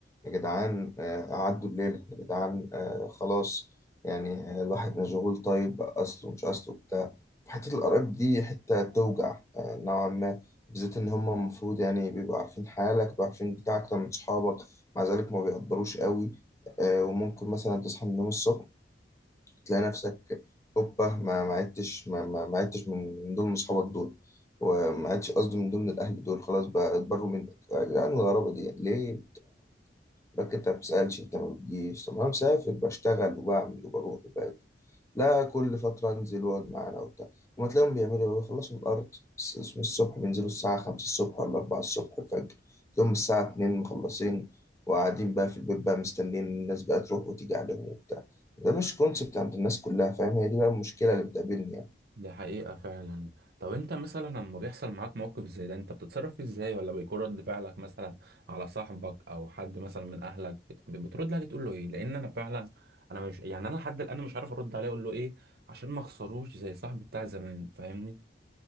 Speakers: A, on the left (about 15°); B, on the right (about 60°).
A: يا جدعان آه، قعدوا الليله يا جدعان آه، خلاص يعني آه، الواحد مشغول طيب اصله مش اصله بتاع حته القرايب دي حته توجع آه، نوعا ما بالذات ان هم المفروض يعني بيبقوا عارفين حالك بيبقوا عارفين بتاع اكتر من صحابك مع ذلك ما بيقدروش قوي آه، وممكن مثلا تصحى من النوم الصبح تلاقي نفسك هوبا ما ما عدتش ما ما ما عدتش من من ضمن اصحابك دول وما عدتش قصدي من ضمن الاهل دول خلاص بقى اتبروا منك يا جدعان الغرابه دي ليه لك انت ما بتسألش انت ما بتجيش طب انا مسافر بشتغل وبعمل وبروح وباجي لا كل فترة انزل واقعد معانا وبتاع وما تلاقيهم بيعملوا ايه بيخلصوا من الارض الس- من الصبح بينزلوا الساعة 5 الصبح ولا 4 الصبح الفجر تلاقيهم الساعة 2 مخلصين وقاعدين بقى في البيت بقى مستنيين الناس بقى تروح وتيجي عليهم وبتاع ده مش كونسبت عند الناس كلها فاهم هي دي بقى المشكلة اللي بتقابلني يعني
B: دي حقيقة فعلا طب انت مثلا لما بيحصل معاك موقف زي ده انت بتتصرف فيه ازاي ولا بيكون رد فعلك مثلا على صاحبك او حد مثلا من اهلك بت- بترد عليه تقول له ايه لان انا فعلا انا مش يعني انا لحد الان مش عارف ارد عليه اقول له ايه عشان ما اخسروش زي صاحبي بتاع زمان فاهمني